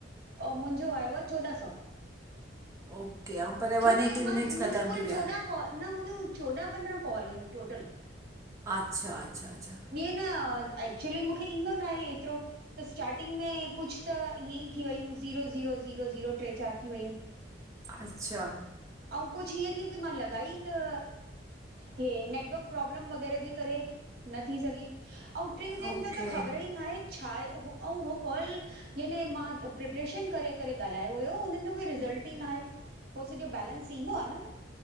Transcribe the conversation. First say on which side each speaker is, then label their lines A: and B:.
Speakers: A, on the right; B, on the right.
A: अ मुंहिंजो आयोआ चोॾहं सौ
B: ओके ऐं पर
A: छोॼे
B: वन एटी
A: मां
B: मिनट्स
A: मुंहिंजो
B: ख़तमु
A: कुल
B: थी विया
A: चौॾहं कॉल न मुंहिंजियूं चोॾहं पंद्रहं कॉल हुयूं टोटल
B: अच्छा अच्छा अच्छा
A: ईंयं न एक्चुली मूंखे ईंदो ना आहे एतिरो त स्टार्टिंग में कुछु त ईअं ई थी वयूं ज़ीरो ज़ीरो ज़ीरो ज़ीरो ट्रे चारि थी वयूं
B: अच्छा
A: अऊं कुछु इएंं थियुं कि मां लॻाई त हे नेटवर्क प्रोब्लम वग़ैरह ॼे करे न थी सघी अऊं ट्रिन चइनि
B: ओके
A: ॼो त ख़बर ई ना हे छा आहे ओह अऊं हो कॉल याने मां प्रिपरेशन करे करे ॻाल्हायो हुयो उन्हनि ॼो कोई रिॼल्ट ई नाहे हो सॼो बैलेंस ईंदो आ न